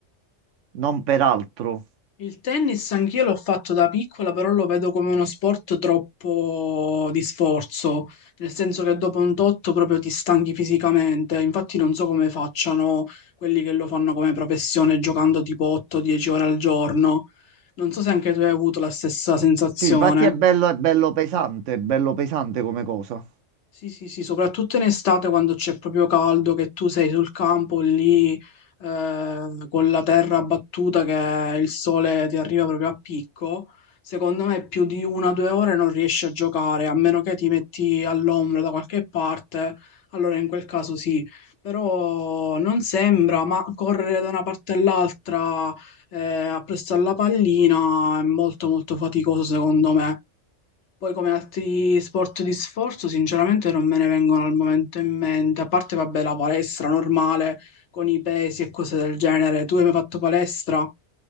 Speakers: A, on the right; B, on the left.
A: non per altro.
B: Il tennis anch'io l'ho fatto da piccola, però lo vedo come uno sport troppo di sforzo, nel senso che dopo un totto proprio ti stanchi fisicamente. Infatti non so come facciano quelli che lo fanno come professione giocando tipo 8-10 ore al giorno. Non so se anche tu hai avuto la stessa sensazione.
A: Sì, infatti è bello, è bello pesante, è bello pesante come cosa.
B: Sì, sì, sì, soprattutto in estate quando c'è proprio caldo, che tu sei sul campo lì eh, con la terra battuta che il sole ti arriva proprio a picco, secondo me più di una o due ore non riesci a giocare, a meno che ti metti all'ombra da qualche parte, allora in quel caso sì, però non sembra, ma correre da una parte all'altra eh, appresso alla pallina è molto molto faticoso secondo me. Poi come altri sport di sforzo, sinceramente non me ne vengono al momento in mente, a parte vabbè la palestra normale con i pesi e cose del genere. Tu hai mai fatto palestra?